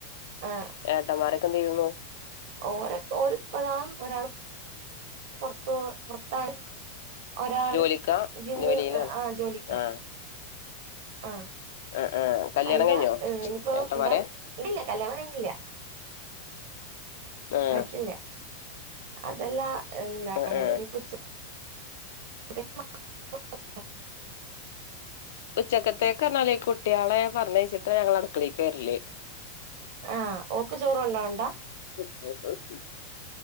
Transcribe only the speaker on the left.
ഏട്ടന്മാരൊക്കെന്ത് ചെയ്യുന്നു
ജോലിക്കാ
ജോലിയിലാണ്
ആഹ്
ആഹ് ആഹ് കല്യാണം
കഴിഞ്ഞോ
ഏട്ടന്മാരെ
ആഹ്
ആഹ് ആഹ്
ഉച്ചക്കത്തേക്കറിഞ്ഞാല് ഈ കുട്ടികളെ പറഞ്ഞയച്ചിട്ട് ഞങ്ങള് അടുക്കളേ കേറില്ലേ
<inaudible>